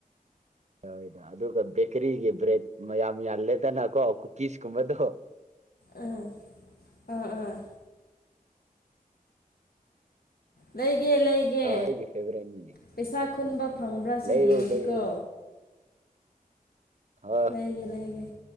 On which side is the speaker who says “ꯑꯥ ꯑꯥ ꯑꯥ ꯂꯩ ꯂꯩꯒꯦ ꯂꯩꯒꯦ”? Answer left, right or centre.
Left